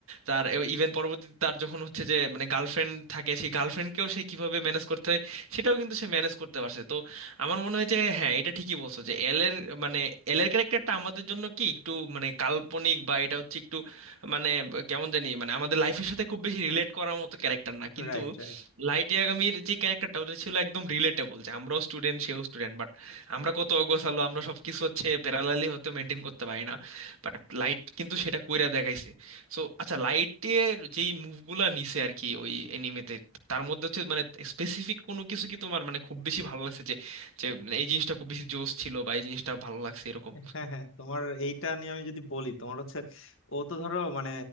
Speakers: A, on the right (about 75°); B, on the left (about 65°).
A: তার ইভেন পরবর্তীতে তার যখন হচ্ছে যে মানে গার্লফ্রেন্ড থাকে সেই গার্লফ্রেন্ডকেও সে কিভাবে ম্যানেজ করতে হয় সেটাও কিন্তু সে ম্যানেজ করতে পারছে তো আমার মনে হয় যে হ্যাঁ এটা ঠিকই বলছো যে এল এর মানে এল এর ক্যারেক্টারটা আমাদের জন্য কি একটু মানে কাল্পনিক বা এটা হচ্ছে একটু মানে কেমন জানি মানে আমাদের লাইফের সাথে খুব বেশি রিলেট করার মতো ক্যারেক্টার না কিন্তু
B: Right right
A: লাইট ইয়াগামির যে ক্যারেক্টারটা ওটা ছিল একদম রিলেটেবল যে আমরাও স্টুডেন্ট সেও স্টুডেন্ট বাট আমরা কত অগোছালো আমরা সবকিছু হচ্ছে প্যারালালি হয়তো মেনটেন করতে পারি না বাট লাইট কিন্তু সেটা কইরা দেখাইছে সো আচ্ছা লাইটের যেই মুভগুলা নিছে আর কি ওই এনিমেতে তার মধ্যে হচ্ছে মানে স্পেসিফিক কোনো কিছু কি তোমার মানে খুব বেশি ভালো লাগছে যে যে এই জিনিসটা খুব বেশি জোশ ছিল বা এই জিনিসটা ভালো লাগছে এরকম
B: হ্যাঁ হ্যাঁ তোমার এইটা নিয়ে আমি যদি বলি তোমার হচ্ছে ও তো ধরো মানে